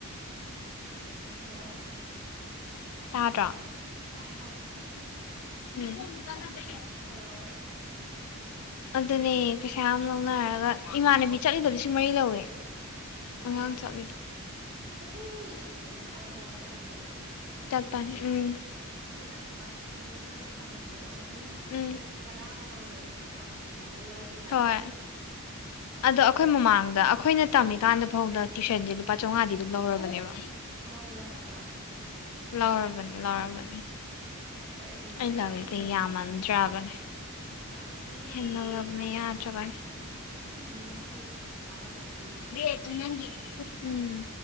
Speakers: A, on the right (about 45°); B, on the left (about 80°).
A: ꯍꯜꯂꯣ
B: ꯇꯥꯗ꯭ꯔꯥ
A: ꯇꯥꯏ ꯇꯥꯏꯌꯦ
B: ꯎꯝ
A: ꯍꯥꯏꯔꯣ ꯍꯥꯏꯔꯣ
B: ꯑꯗꯨꯅꯦ ꯄꯩꯁꯥ ꯌꯥꯝ ꯂꯧꯅꯔꯒ ꯏꯃꯥꯟꯅꯕꯤ ꯆꯠꯂꯤꯗꯣ ꯂꯤꯁꯤꯡ ꯃꯔꯤ ꯂꯧꯋꯦ꯫
A: ꯑꯗꯨꯅꯦ
B: ꯑꯉꯥꯡ ꯆꯠꯂꯤꯗꯣ
A: ꯑꯗꯨꯅꯦ ꯑꯩ ꯊꯥꯏꯅꯋꯥꯥꯏ ꯇꯝꯃꯛꯄꯗꯣ
B: ꯆꯠꯄꯅꯤ ꯎꯝ
A: ꯑꯩꯅ ꯀ꯭ꯂꯥꯁ ꯁꯚꯦꯟ ꯑꯩꯠꯇꯒ ꯇꯝꯃꯛꯄꯗꯣ ꯑꯗꯨꯒꯤ
B: ꯎꯝ
A: ꯆꯍꯤ ꯇꯔꯥ ꯃꯃꯥꯡꯗꯅꯤꯅ ꯑꯗꯣ ꯑꯗꯨꯃꯥꯏꯅ ꯂꯧꯒ
B: ꯍꯣꯏ ꯑꯗꯣ ꯑꯩꯈꯣꯏ ꯃꯃꯥꯡꯗ ꯑꯩꯈꯣꯏꯅ ꯇꯝꯃꯤꯀꯥꯟꯗ ꯐꯥꯎꯗ ꯇ꯭ꯋꯏꯁꯟꯁꯦ ꯂꯨꯄꯥ ꯆꯥꯝꯃꯉꯥꯗꯤ ꯑꯗꯨꯝ ꯂꯧꯔꯕꯅꯦꯕ꯫
A: ꯂꯧꯔꯦ ꯍꯥꯏꯕ ꯑꯗꯨꯅ ꯍꯥꯏꯁꯦ꯫
B: ꯂꯧꯔꯕꯅꯤ ꯂꯧꯔꯕꯅꯤ
A: ꯀꯔꯤꯅꯣ
B: ꯑꯩ
A: ꯈꯔ
B: ꯂꯧꯔꯤꯁꯦ
A: ꯍꯦꯟꯃꯜꯂꯤ
B: ꯌꯥꯝꯃꯟꯗ꯭ꯔꯕꯅꯦ
A: ꯌꯥꯝ ꯊꯤꯅ ꯌꯥꯝꯃꯟꯗꯦꯍꯦ
B: ꯍꯦꯟꯃꯜꯂꯕꯅꯦ
A: ꯀꯥꯏꯗꯒꯤ
B: ꯌꯥꯗ꯭ꯔꯕꯅꯦ
A: ꯃꯤꯅꯤꯃꯝ ꯋꯦꯖ ꯐꯥꯎ ꯐꯥꯔꯝꯃꯣꯏ ꯅꯪꯒꯤꯗꯨꯗꯤ
B: ꯑꯗꯨꯅꯦ ꯎꯝ꯫